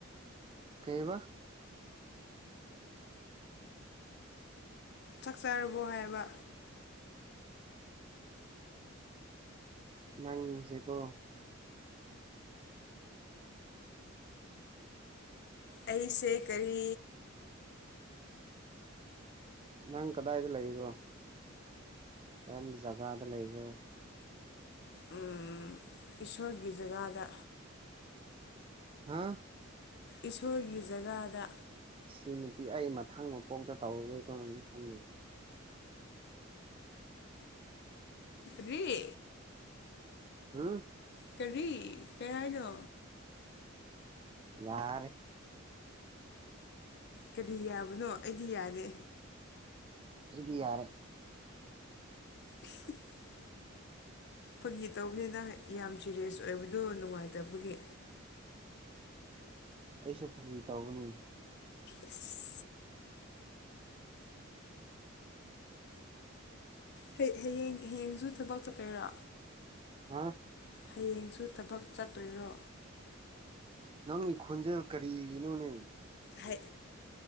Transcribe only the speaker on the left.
ꯆꯛ ꯆꯥꯔꯕꯣ ꯍꯥꯏꯕ
ꯑꯩꯁꯦ ꯀꯔꯤ
ꯎꯝ ꯏꯁꯣꯔꯒꯤ ꯖꯒꯥꯗ
ꯏꯁꯣꯔꯒꯤ ꯖꯒꯥꯗ
ꯔꯔꯤ
ꯀꯔꯤ ꯀꯩ ꯍꯥꯏꯅꯣ
ꯀꯔꯤ ꯌꯥꯕꯅꯣ ꯑꯩꯗꯤ ꯌꯥꯗꯦ
<inaudible> ꯐꯒꯤ ꯇꯧꯕꯅꯤꯅ ꯌꯥꯝ ꯖꯦꯂꯤꯌꯁ ꯑꯣꯏꯕꯗꯣ ꯅꯨꯡꯉꯥꯏꯇꯕꯒꯤ
ꯏꯁ ꯍ ꯍꯌꯦꯡ ꯍꯌꯦꯡꯁꯨ ꯊꯕꯛ ꯆꯠꯀꯩꯔꯣ
ꯍꯌꯦꯡꯁꯨ ꯊꯕꯛ ꯆꯠꯇꯣꯏꯔꯣ
ꯍꯥꯏ